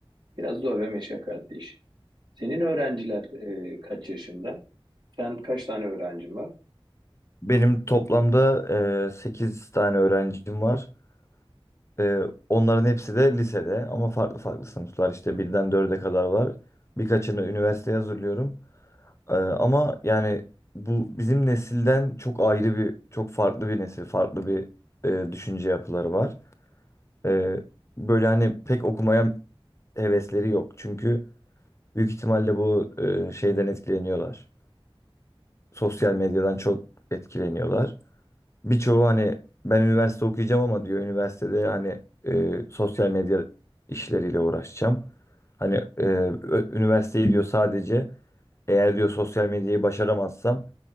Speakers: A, on the right (about 50°); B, on the left (about 30°).
A: Biraz zor ve meşakkatli iş. Senin öğrenciler e, kaç yaşında? Sen kaç tane öğrencin var?
B: Benim toplamda e, 8 tane öğrencim var. E, onların hepsi de lisede ama farklı farklı sınıflar. İşte birden dörde kadar var. Birkaçını üniversiteye hazırlıyorum. Ee, ama yani bu bizim nesilden çok ayrı bir, çok farklı bir nesil, farklı bir e, düşünce yapıları var. Ee, böyle hani pek okumaya hevesleri yok. Çünkü büyük ihtimalle bu e, şeyden etkileniyorlar. Sosyal medyadan çok etkileniyorlar. Birçoğu hani ben üniversite okuyacağım ama diyor üniversitede hani e, sosyal medya işleriyle uğraşacağım. Hani e, ö- üniversiteyi diyor sadece eğer diyor sosyal medyayı başaramazsam